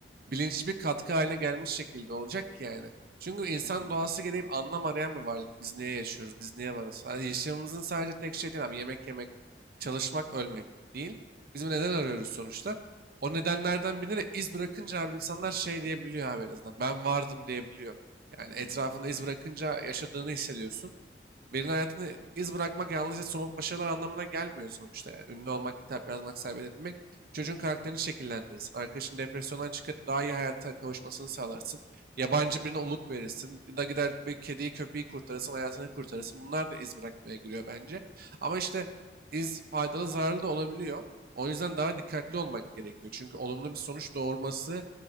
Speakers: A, on the right; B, on the left.
A: bilinçli bir katkı haline gelmiş şekilde olacak ki yani. Çünkü insan
B: Hı hı,
A: doğası gereği bir anlam arayan bir varlık. Biz niye yaşıyoruz? Biz niye varız? Yani yaşamımızın sadece tek şey değil abi. Yemek yemek, çalışmak, ölmek değil. Biz bir neden arıyoruz sonuçta. O nedenlerden birine de iz bırakınca abi insanlar şey diyebiliyor abi en azından. Ben vardım diyebiliyor. Yani etrafını
B: hı hı,
A: iz bırakınca yaşadığını hissediyorsun. Birinin hayatını iz bırakmak yalnızca somut başarılar anlamına gelmiyor sonuçta. Yani. Ünlü olmak, kitap yazmak, seyahat etmek çocuğun karakterini şekillendirirsin, Arkadaşın depresyondan çıkıp daha iyi hayata kavuşmasını sağlarsın. Yabancı birine umut verirsin. Da gider bir kediyi, köpeği kurtarırsın, hayatını kurtarırsın. Bunlar da iz bırakmaya giriyor bence. Ama işte iz faydalı, zararlı da olabiliyor. O yüzden daha dikkatli olmak gerekiyor. Çünkü olumlu bir sonuç doğurması